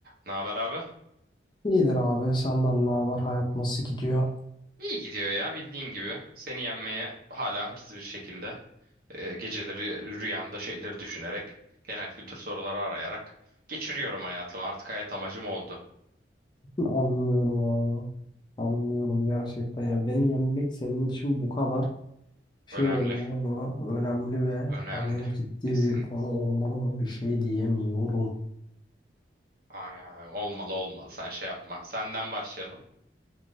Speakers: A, on the right; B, on the left.
A: Ne haber abi?
B: İyidir abi. Senden ne haber? Hayat nasıl gidiyor?
A: İyi gidiyor ya bildiğin gibi. Seni yenmeye hala hırslı bir şekilde e, geceleri rüyamda şeyleri düşünerek genel kültür soruları arayarak geçiriyorum hayatımı. Artık hayat amacım oldu.
B: <laughs> Anlıyorum abi. Anlıyorum gerçekten ya. Beni yenmek senin için bu kadar şey
A: Önemli.
B: olmalı mı? Önemli ve
A: Önemli.
B: hani ciddi
A: Kesin.
B: bir konu olmalı mı? Bir şey diyemiyorum.
A: Ay, ay, olmalı olmalı sen şey yapma. Senden başlayalım.